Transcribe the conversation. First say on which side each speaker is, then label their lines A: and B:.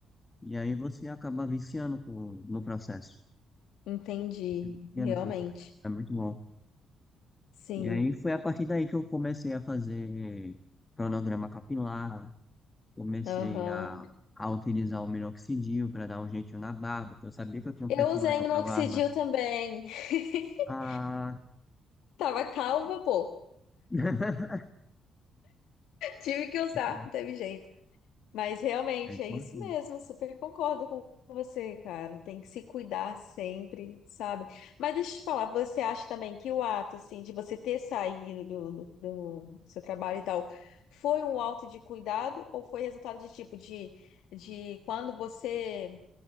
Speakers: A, on the left; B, on the left.
A: E aí você acaba viciando com- no processo.
B: Entendi,
A: Você vicia
B: realmente.
A: no processo. É muito bom.
B: Sim,
A: E aí foi a partir daí que eu comecei a fazer cronograma capilar, comecei
B: aham.
A: a, a utilizar o minoxidil para dar um jeitinho na barba, porque eu sabia que eu tinha
B: Eu
A: um perfil
B: usei
A: legal
B: minoxidil
A: para barba
B: também. <laughs>
A: a
B: Tava calma, pô.
A: <laughs>
B: Tive que usar,
A: Aquela
B: não teve jeito. Mas realmente
A: é importante.
B: é isso mesmo, super concordo com você, cara. Tem que se cuidar sempre, sabe? Mas deixa eu te falar, você acha também que o ato, assim, de você ter saído do, do, do seu trabalho e tal, foi um ato de cuidado ou foi resultado de tipo de, de quando você